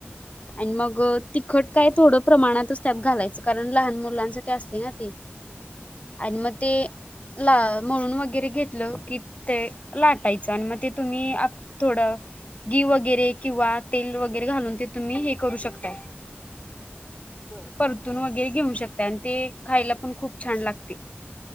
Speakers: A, on the left (about 35°); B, on the left (about 15°).
A: आणि तिखट काय
B: बर
A: थोडं प्रमाणातच
B: हा
A: घालायचं कारण लहान मुलांसाठी असते ना ती.. आणि मग ते
B: हा हा
A: ला म्हणून वगैरे घेतलं की ते लाटायचं आणि मग ते तुम्ही थोडं. घी वगैरे किंवा तेल वगैरे घालून ते तुम्ही हे करू शकताय.
B: बर
A: परतून
B: हा
A: वगैरे घेऊ शकताय ते खायला पण खूप छान लागते